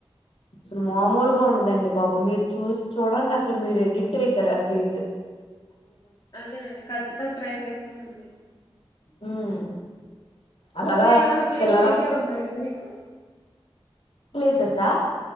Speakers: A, on the left; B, on the left.
A: అసలు మామూలుగా
B: ఉమ్
A: ఉండదండి బాబు ఓ మీరు చూసి చూడండి అసలు మీరు ఎడిట్ అయితారు ఆ సీజ్
B: అదేనండి ఖచ్చితంగా ట్రై చేస్తాను అండి
A: ఉమ్ అలాగా
B: ఇంకా ఏమైనా ప్లేస్
A: పిల్లల
B: ఐడియా ఉందండి మీకు
A: ప్లేసెస్ ఆ